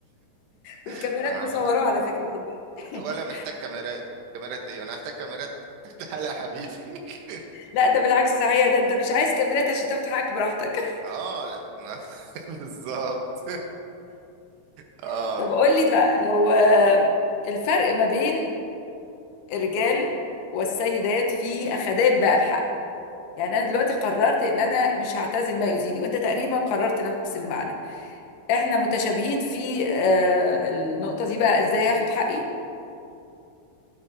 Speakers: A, on the left; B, on the right.
A: والكاميرات
B: <laughs> فاهمة
A: مصوراه على فكرة خد بالك
B: ولا
A: <laughs>
B: محتاج كاميرات كاميرات ايه انا هحتاج كاميرات <laughs> تعالى يا حبيبي <laughs>
A: لا ده بالعكس صحيح ده انت مش عايز كاميرات عشان تاخد حقك براحتك
B: اه لا ما- <laughs> بالظبط <laughs>
A: <laughs>
B: اه
A: طب قول لي ده لو آه، الفرق ما بين الرجال والسيدات في اخدان بقى الحق يعني انا دلوقتي قررت ان انا مش هعتزل ما يؤذيني وانت تقريبا قررت نفس المعنى احنا متشابهين في آه، النقطة دي بقى ازاي هاخد حقي